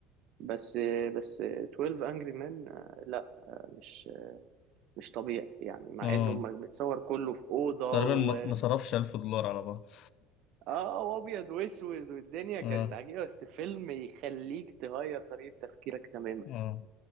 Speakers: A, on the right; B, on the left.
A: بس بس 12 انجري مان لا مش مش طبيعي يعني مع
B: اه
A: انه م- متصور كله في اوضه
B: تقريبا
A: و
B: ما ما صرفش 1000 دولار على بعض
A: اه وابيض واسود والدنيا
B: <laughs>
A: كانت
B: اه
A: عجيبه بس فيلم يخليك تغير طريقه تفكيرك تماما
B: اه